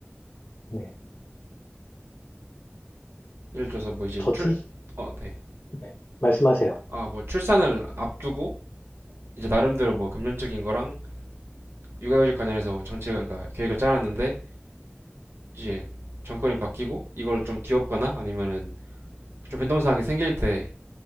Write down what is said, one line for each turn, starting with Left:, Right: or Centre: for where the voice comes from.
Left: 네.
Right: 예를 들어서 뭐 이제
Left: 저출,
Right: 출, 어, 네.
Left: 네. 말씀하세요.
Right: 아, 뭐 출산을 앞두고 이제 나름대로 뭐 금전적인 거랑 육아휴직 관련해서 정책을, 그러니까 계획을 짜놨는데 이제 정권이 바뀌고 이걸 좀 뒤엎거나 아니면은 좀 변동사항이 생길 때